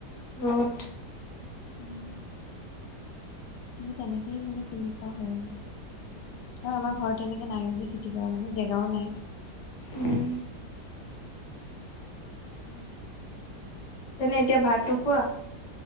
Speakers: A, on the left (about 55°); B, on the left (about 85°).
A: বহুত।
B: উম। তুমি তেনেকেই মানে কিনি খোৱা হয় আৰু। আৰু আমাৰ ঘৰত এনেকে নাইও যে খেতি কৰা মানুহ, জেগাও নাই।
A: উম।
B: <inaudible>
A: তেনে এতিয়া ভাত নোখোৱা?